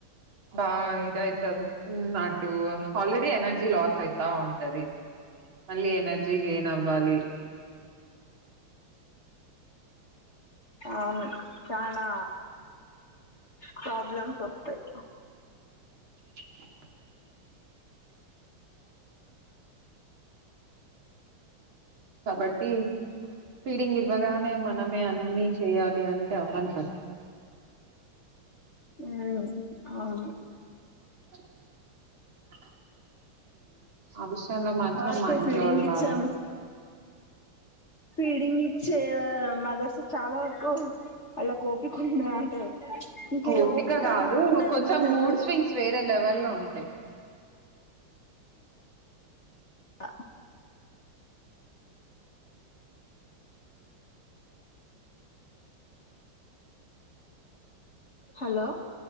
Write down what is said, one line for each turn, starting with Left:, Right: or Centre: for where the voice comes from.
Right: బా ఇదయితమ్ ఉమ్ అటు ఆల్రెడీ ఎనర్జీ లాస్ అయితా ఉంటది, మళ్ళీ ఎనర్జీ గెన్ అవ్వాలి.
Left: అవును చానా ప్రాబ్లమ్స్ వస్తాయి
Right: <unintelligible> కాబట్టి సీడింగ్ ఇవ్వగానే మనమే అన్ని చేయాలి అంటే అవ్వంటారు
Left: ఉమ్ అవును
Right: <unintelligible> ఆ విష్ లో మాత్రం
Left: వరకు
Right: మా ఇంట్లో
Left: ఫీడింగ్
Right: వాళ్లు
Left: ఇచ్చాం
Right: బాగా
Left: పీడింగ్ ఇచ్చే మా దస చాలా వరకు అలా కోపికుండె అంటే ఇంక
Right: ఓపిక
Left: ఈ
Right: కాదు
Left: ఉండదు
Right: కొంచెం
Left: పిల్లలతోటి
Right: మూడ్ స్వింగ్స్ వేరే లెవెల్ లో ఉంటాయి
Left: అ హలో